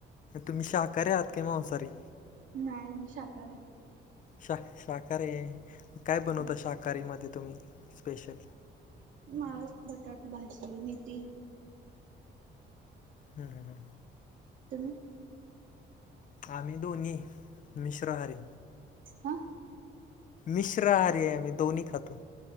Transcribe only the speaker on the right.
नाही मी शाकाहारीय.
हो.
माळस, बटाट भाजी, मेथी.
तुम्ही.
हा